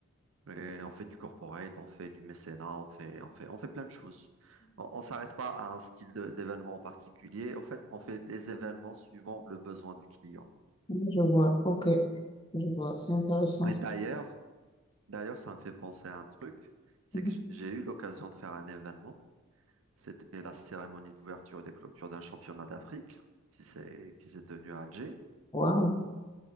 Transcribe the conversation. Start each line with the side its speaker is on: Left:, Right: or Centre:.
Right: Et on fait du corporate, on fait du mécénat, on fait, on fait, on fait plein de choses. On ne s'arrête pas à un style de- d'événement en particulier. En fait, on fait des événements suivant le besoin du client.
Left: Mhm. Je vois. OK. Je vois. C'est intéressant.
Right: Et
Left: ça.
Right: d'ailleurs, d'ailleurs, ça me fait penser à un truc, c'est
Left: Mhm.
Right: que j'ai eu l'occasion de faire un événement. C'était la cérémonie d'ouverture et de clôture d'un championnat d'Afrique qui s'est, qui s'est tenu à Alger.
Left: Wow.